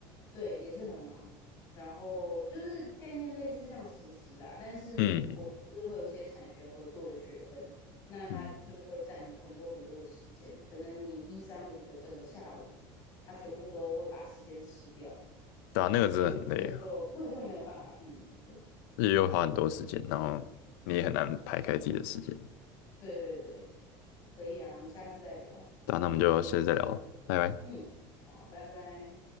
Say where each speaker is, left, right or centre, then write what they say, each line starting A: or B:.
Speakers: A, on the left; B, on the left.
A: 对，也是很忙。然后就是概念类似像实习啦，但是我们就是会有一些产学合作的学分，
B: 嗯
A: 那它就是会占你很多很多的时间，
B: 嗯，
A: 可能你一三五的整个下午，它全部都会把时间吃掉，
B: 对啊，那个真的很累啊，
A: 所以那个就那个就没有办法避免了。
B: 日又花很多时间，然后你也很难排开自己的时间。
A: 对对对，可以啊，我们下次再聊。
B: 对啊，那我们就下次再聊喽，拜拜。
A: 嗯，好，拜拜。